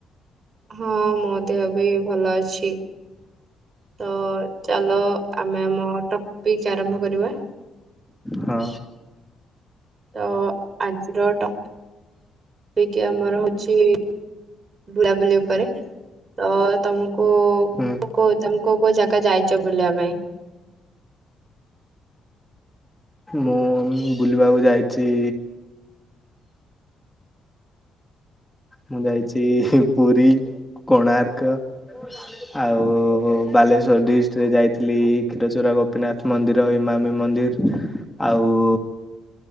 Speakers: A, on the right (about 40°); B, in the centre.
A: ହଁ ମୋ ଦେହ ବି ଭଲ ଅଛି। ତ ଚାଲ ଆମେ ଆମ ପିକ ଆରମ୍ଭ କରିବା।
B: ହଁ।
A: ତ ଆଜିର ଟପିକ୍ ଆମର ହଉଛି ବୁଲାବୁଲି ଉପରେ, ତ ତମକୁ
B: ହୁଁ
A: କଉ କୋଉ ତମେ କୋଉ କୋଉ ଜାଗା ଯାଇଛ ବୁଲିବା ପାଇଁ?
B: ମୁଁ ବୁଲିବାକୁ ଯାଇଛି ମୁଁ ଯାଇଛି ପୁରୀ, କୋଣାର୍କ ଆଉ ବାଲେଶ୍ୱର ଡିଷ୍ଟଟରେ ଯାଇଥିଲି ଖିରଚରା ଗୋପୀନାଥ ମନ୍ଦିର ମ ମନ୍ଦିର ଆଉ